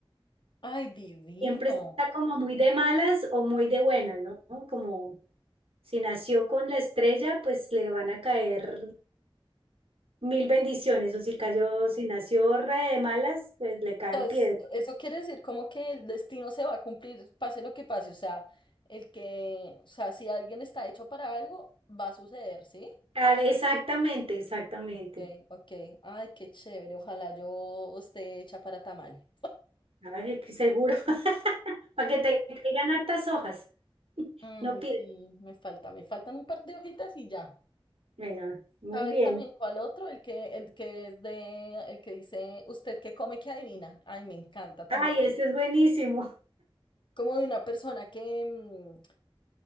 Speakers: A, on the left; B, on the right.
A: ay, divino.
B: siempre está como muy de malas o muy de buenas, ¿no? Como si nació con la estrella, pues le van a caer mil bendiciones, o si cayó,
A: O
B: si nació re de malas, pues le caen
A: sea, es-
B: piedras.
A: eso quiere decir como que el destino se va a cumplir, pase lo que pase. O sea, el que, o sea, si alguien está hecho para algo, va a suceder, ¿sí?
B: Ah, Exactamente, exactamente.
A: Ok, ok. Ay, qué chévere. Ojalá yo esté hecha para tamal.
B: Ay, que seguro. <laughs> Para que te caigan hartas hojas.
A: Mm,
B: No pierdas.
A: sí, me falta, me faltan un par de hojitas y ya.
B: Bueno, muy
A: ¿Sabes
B: bien.
A: también cuál otro? El que, el que es de, el que dice, usted que come, que adivina. Ay, me encanta también.
B: Ay, ese es buenísimo.
A: Como de una persona que mm,